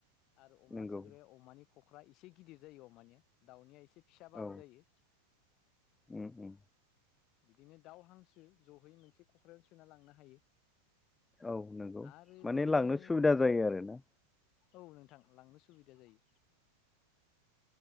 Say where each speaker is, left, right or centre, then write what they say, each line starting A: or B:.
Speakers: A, on the left; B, on the left.
A: आरो अमा
B: नंगौ
A: सोग्राया अमानि खख्रा अख्रा एसे गिदिर जायो अमानिया, दाउनिया एसे फिसाबाबो
B: औ
A: जायो।
B: उम उम
A: बिदिनो दाउ, हांसो जहै मोनसे क'क्रझजों सोना लांनो हायो।
B: औ नंगौ
A: आरो
B: माने
A: बिदिनो
B: लांनो सुबिदा जायो आरोना।
A: औ नोंथां, लांनो सुबिदा जायो।